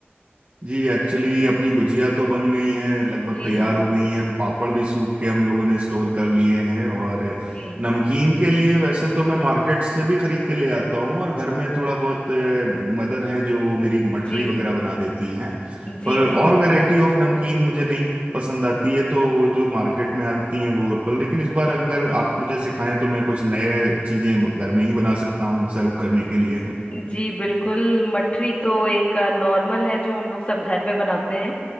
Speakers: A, on the right; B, on the left.
A: जी एक्चुअली अपनी गुजिया तो बन गई हैं लगभग
B: जी
A: तैयार हो गई हैं पापड़ भी सूख के हम लोगों ने स्टोर कर लिए हैं और
B: जी
A: नमकीन के लिए वैसे तो मैं मार्केट से भी खरीद के ले आता हूँ और घर में थोड़ा बहुत मदर है जो वो मेरी मठरी
B: जी
A: वगैरह बना देती हैं
B: जी
A: पर
B: जी
A: और वैरायटी ऑफ नमकीन मुझे नहीं पसंद आती है तो वो जो मार्केट में आती हैं वो पर लेकिन इस बार अगर आप मुझे सिखाएं तो मैं कुछ नए चीजें घर में ही बना सकता हूँ सर्व करने के लिए
B: जी बिल्कुल मठरी तो एक नॉर्मल है जो हम लोग सब घर में बनाते हैं